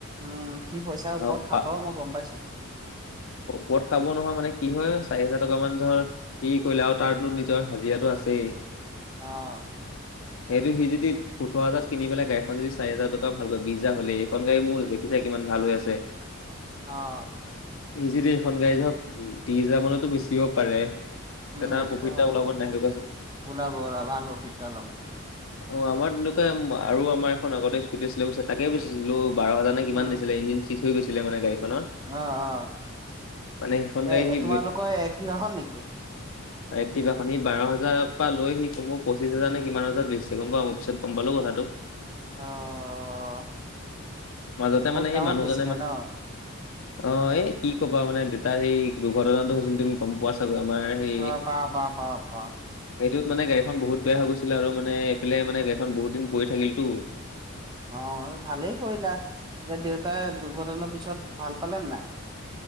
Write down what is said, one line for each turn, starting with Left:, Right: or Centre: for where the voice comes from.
Right: উম, সি পইচাৰ ওপৰত
Left: আৰু পা
Right: খাব মই গম পাইছোঁ।
Left: ওপৰত খাব নহয় মানে কি হয়, চাৰি হাজাৰ টকা মান ধৰ সি কৰিলে আৰু তাৰতো নিজৰ হাজিৰাটো আছেই।
Right: অ'।
Left: <unintelligible> সেইটো সি যদি সোতৰ হাজাৰত কিনি পেলাই গাড়ীখন যদি চাৰি হাজাৰ টকা ভালকৈ বিশ হাজাৰ হলেই, এখন গাড়ী মোৰ দেখিছা কিমান ভাল হৈ আছে।
Right: অ'।
Left: ইজিতে এইখন গাড়ী ধৰক ত্ৰিছ হাজাৰ মানতো বেচিব পাৰে।
Right: উম
Left: তা তাৰ
Right: সেইটোতো
Left: প্ৰফিটটা
Right: হয়
Left: ওলাব নাই সেইটো কোৱাচোন?
Right: ওলাব ওলাব ভাল প্ৰফিট এটা ওলাব
Left: অ' আমাৰ তেনেকুৱা- আৰু আমাৰ এখন আগতে স্কুটি আছিলে বুইছা তাকে বেচিছিলো। বাৰ হাজাৰ নে
Right: উম
Left: কিমান দিছিলে, ইঞ্জিন চিচ হৈ গৈছিলে মানে গাড়ীখনৰ।
Right: অ' অ'।
Left: মানে সেইখন গাড়ী
Right: এই
Left: সি
Right: তোমালোকৰ এক্টিভাখন নেকি?
Left: এক্টিভাখন। সি বাৰ হাজাৰৰ পা লৈ সি কমও পচিছ হাজাৰ নে কিমান হাজাৰত বেছিছে, গম পাওঁ মোক পিছত গম পালোঁ কথাটো।
Right: অ',
Left: মাজতে
Right: বহুত
Left: মানে
Right: দামত
Left: এই মানুহজনে
Right: বেচিলে
Left: মা
Right: ন?
Left: অ' এ কি কবা, মানে দেউতাৰ সেই দুৰ্ঘটনাটো হৈছিল, তুমি গম পোৱা চাগৈ আমাৰ সেই
Right: অ', পাওঁ, পাওঁ, পাওঁ, পাওঁ,
Left: <inaudible> সেইটোত মানে গাড়ীখন বহুত বেয়া হৈ গৈছিলে আৰু মানে এইফালে মানে গাড়ীখন বহুত দিন পৰি থাকিল তো
Right: অ' ভালেই কৰিলা। এ দেউতাই দুৰ্ঘটনাৰ পিছত ভাল পালেন নাই?